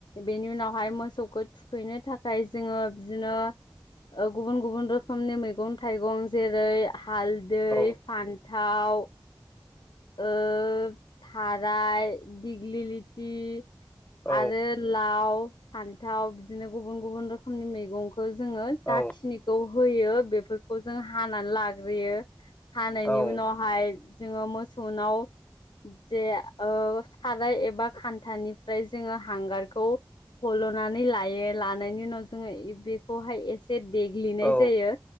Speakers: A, on the left; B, on the left.
A: बेनि उनावहाय मोसौखौ थुखैनो था खाय जोङो बिदिनो ओ गुबुन गुबुन रोखोमनि मैगं-थाइगं जेरै हालदै
B: औ
A: फान्थाव ओ थाराय दिग्लिलिथि
B: औ
A: आरो लाव फान्थाव बिदिनो गुबुन गुबुन रोखोमनि मैगं खौ जोङो
B: औ
A: जाखिनिखौ होयो बेफोरखौ जों हानानै लाग्रोयो हानायनि
B: औ
A: उनावहाय जोङो मोसौनाव जे ओ साराय एबा खान्थानिफ्राय जोङो हांगारखौ हल'नानै लायो लानायनि उनाव जोङो बेखौहाय एसे देग्लिनाय
B: औ
A: जायो।